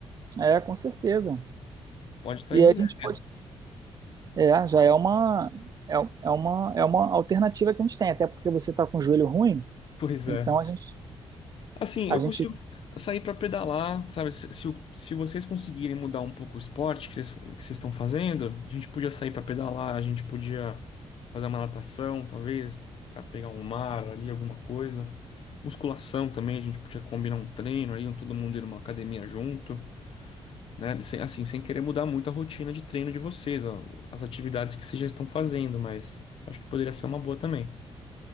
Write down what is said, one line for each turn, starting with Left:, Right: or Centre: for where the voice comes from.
Right: é, com certeza.
Left: Pode estar
Right: E
Left: aí uma
Right: a
Left: ideia.
Right: gente
Left: <laughs>
Right: pode, é, já é uma, é, é uma, é uma alternativa que a gente tem, até porque você tá com o joelho ruim,
Left: Pois
Right: então
Left: é.
Right: a gente,
Left: Assim,
Right: a
Left: eu
Right: gente,
Left: consigo sair pra pedalar, sabe? Se, se, o- se vocês conseguirem mudar um pouco o esporte que vocês que vocês estão fazendo, a gente podia sair pra pedalar, a gente podia fazer uma natação, talvez, cara, pegar um mar ali, alguma coisa. Musculação também, a gente podia combinar um treino ali, um- todo mundo ir numa academia junto, né? Sem- assim, sem querer mudar muito a rotina de treino de vocês, ó, as atividades que vocês já estão fazendo, mas acho que poderia ser uma boa também.